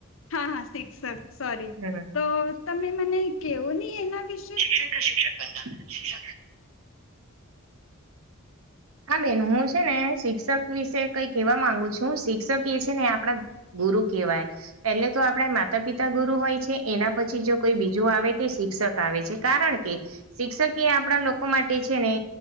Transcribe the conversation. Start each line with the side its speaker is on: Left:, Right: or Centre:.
Left: હા હા શિક્ષક સોરી
Right: હમ.
Left: તો તમે મને કેવો નહી એના વિશ
Right: શિક્ણ ક શિક્ષણ બંધા <unintelligible> હા, બેન હું છે ને શિક્ષક વિશે કઈ કેવા માંગુ છું શિક્ષક એ છે ને આપડા ગુરુ કેહેવાય પેલે તો આપડે માતા પિતા ગુરુ હોય છે એના પછી જો કોઈ બીજું આવે તે શિક્ષક આવે છે કારણ કે શિક્ષક એ આપડા લોકો માટે છે ને